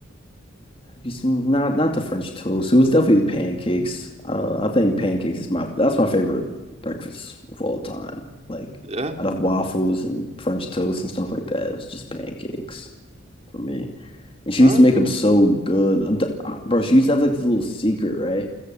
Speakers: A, on the left; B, on the right.
A: it's not not the French toast. It was definitely the pancakes. Uh, I think
B: Ooh,
A: pancakes is my that's my favorite breakfast of all time. Like
B: yeah,
A: out of waffles and French toast and stuff like that, it was just pancakes for me. And she
B: all
A: used to make
B: right,
A: them so good. I'm t uh, bro, she used to have like this little secret, right?